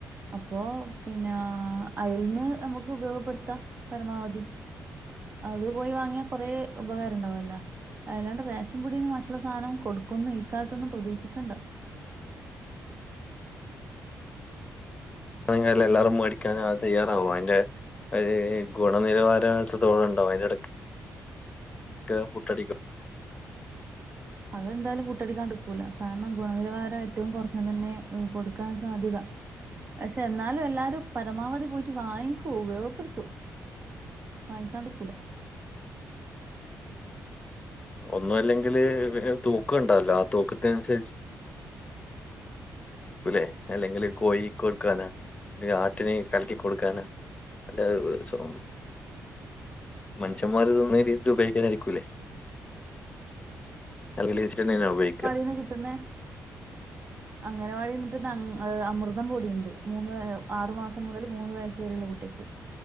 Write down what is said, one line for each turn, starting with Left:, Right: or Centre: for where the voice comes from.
Right: അപ്പോ പിന്നെ അയൽന്ന് നമുക്ക് ഉപയോഗപ്പെടുത്താം പരമാവധി അത് പോയി വാങ്ങിയ കുറെ ഉപകാര ഉണ്ടാവല്ല അല്ലാണ്ട്റേഷൻപിടിന്ന് മറ്റുള്ള സാനം കൊടുക്കുന്ന് ഈ കാലത്തൊന്നും പ്രതീക്ഷിക്കണ്ട
Left: അത്‌ എങ്ങനെ എല്ലാ എല്ലാരും മേടിക്കാഞ തയ്യാറാവൊ അയിന്റെ ഒരെ ഗുണനിലവാര എത്രത്തൊളാം ഉണ്ടാവും അയിന്റെഎടാക്ക്‌ പുട്ടടിക്കും
Right: അത് എന്തായാലും പൂട്ടടിക്കാണ്ട്ക്കൂല കാരണം ഗുണനിലവാരം ഏറ്റവും കുറഞ്ഞു തന്നെ കൊടുക്കാൻ സാധ്യത പഷെ എന്നാലും എല്ലാരും പരമാവധി പോയിട്ട് വാങ്ങിക്കൂ ഉപയോഗപ്പെടുത്തും വാങ്ങിക്കാണ്ട്ക്കൂല
Left: ഒന്നും അല്ലെങ്കില് വെ ഏ തൂക്കണ്ടാല്ലോ ആ തൂക്കത്തിന് അനുസരിച്ച് കുല്ലെ അല്ലെങ്കിൽ കോയി കൊടുക്കാനാ അല്ലെ ആട്ടിനെ കലക്കി കൊടുക്കാന് നല്ലേ സോ മനിഷന്മാര് തിന്നുന്നെൽ ഏറ്റും ഉപയോഗിക്കാനായിരിക്കൂല്ലേ അല്ലേലെച്ച്ട്ടന്നെ എങ്ങന ഉപയോഗിക്ക
Right: എന്ന് കിട്ടുന്നെ
Left: <inaudible>
Right: അങ്ങനവാടി കിട്ടുന്ന അമ് ആ അമൃതം പൊടിയുണ്ട് മൂന്ന് ആറു മാസം മുതൽ മൂന്ന് വയസ്സ് വരെയുള്ള കുട്ടിക്ക്